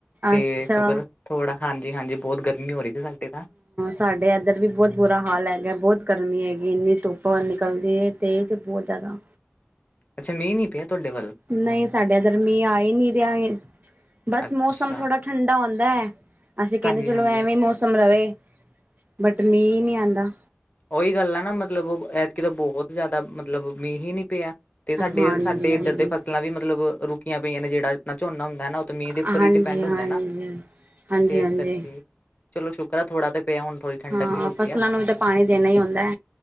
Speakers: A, on the left; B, on the right.
A: ਤੇ
B: ਅੱਛਾ
A: ਸ਼ੁਕਰ ਥੋੜਾ ਹਾਂਜੀ-ਹਾਂਜੀ ਬੋਤ ਗਰਮੀ ਹੋ ਰੀ ਤੀ ਸਾਡੇ ਤਾਂ।
B: ਤਾਡੇ ਐਧਰ ਵੀ ਬੋਤ ਬੁਰਾ ਹਾਲ ਹੈਗੈ। ਬੋਤ ਗਰਮੀ ਹੈਗੀ ਏ। ਇੰਨੀ ਧੁੱਪ ਨਿਕਲਦੀ ਏ ਤੇਜ ਬੋਤ ਜ਼ਿਆਦਾ
A: ਅੱਛਾ ਨਈ ਮੀਂਅ ਪਿਆ ਤੁਆਡੇ ਵੱਲ।
B: ਨਈ ਸਾਡੇ ਐਧਰ ਮੀਂਅ ਆ ਈ ਨੀ ਰਿਆ ਹੀ। ਬਸ
A: ਅੱਛਾ
B: ਮੌਸਮ ਥੋੜਾ ਠੰਡਾ ਹੁੰਦੈ। ਅਸੀ ਕੈਨੇ
A: ਹਾਂਜੀ-ਹਾਂਜੀ
B: ਚਲੋ ਐਵੇਂ ਮੌਸਮ ਰਵੇ। ਬਟ ਮੀਂਅ ਨਈ ਆਂਦਾ।
A: ਓਈ ਗੱਲ ਐ ਨਾ ਮਤਲਬ ਐਤਕੀ ਤਾਂ ਬੋਹੋਤ ਜਿਆਦਾ ਮਤਲਬ ਮੀਂਅ ਹੀ ਨੀ ਪਿਆ। ਤੇ ਸਾਡੇ,
B: ਹਾਂਜੀ
A: ਸਾਡੇ
B: ਹਾਂਜੀ
A: ਏੱਧਰ ਤੇ ਫਸਲਾਂ ਵੀ ਮਤਲਬ ਰੁਕੀਆਂ ਪਈਆਂ ਨੇ ਜੇੜਾ ਨਾ ਝੋਨਾ ਹੁੰਦੈ ਨਾ ਓ ਤੇ ਮੀਂਅ ਦੇ ਉੱਪਰ
B: ਹਾਂਜੀ-ਹਾਂਜੀ,
A: ਹੀ ਡਿਪੈਂਡ ਹੁੰਦੈ ਨਾ
B: ਹਾਂਜੀ-ਹਾਂਜੀ
A: ਤੇ ਇਸ ਕਰਕੇ ਚਲੋ ਸ਼ੁਕਰ ਐ ਥੋੜਾ ਤੇ ਪਿਐ ਹੁਨ ਥੋੜੀ ਠੰਡਕ
B: ਹਾਂ
A: ਵੀ ਹੋ
B: ਫਸਲਾਂ
A: ਗਈ ਆ
B: ਨੂੰ ਵੀ ਤੇ ਪਾਣੀ ਦੇਣਾ ਈ ਹੁੰਦੈ।